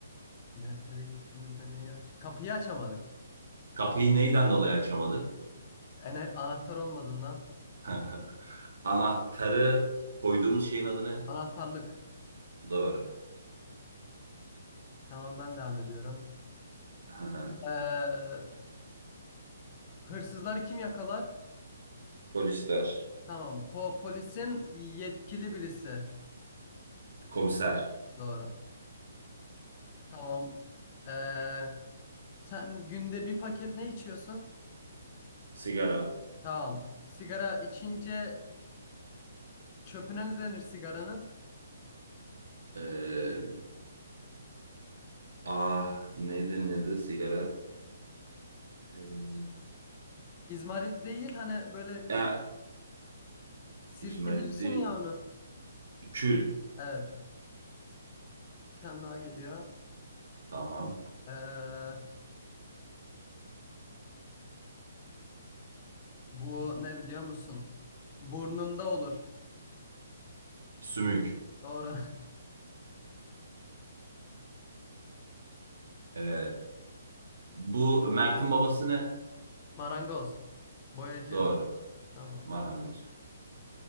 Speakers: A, on the left; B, on the right.
A: Mertlere gittiğimizde neyi aç? Kapıyı açamadık.
B: Kapıyı neyden dolayı açamadık?
A: Ene anahtar olmadığından.
B: <laughs> Anahtarı koyduğumuz şeyin adı ne?
A: Anahtarlık.
B: Doğru.
A: Tamam ben devam ediyorum.
B: <laughs>
A: Ee, hırsızları kim yakalar?
B: Polisler,
A: Tamam. Po polisin yetkili birisi.
B: komiser,
A: Doğru. Tamam. Ee, sen günde bir paket ne içiyorsun?
B: sigara.
A: Tamam. Sigara içince çöpüne ne denir sigaranın?
B: Ee, aa, ne denirdi sigara? Ee,
A: İzmarit değil hani böyle
B: ya,
A: sirkeliyorsun
B: yüzüme gitti.
A: ya onu.
B: Kül.
A: Evet. Bir tane daha geliyor.
B: Tamam.
A: Ee, <laughs> bu ne biliyor musun? Burnunda olur.
B: Sümük. <laughs>
A: Doğru.
B: Ee, bu Mert'in babası ne?
A: <laughs> Marangoz. Boyacı.
B: Doğru.
A: Tamam.
B: Marangoz.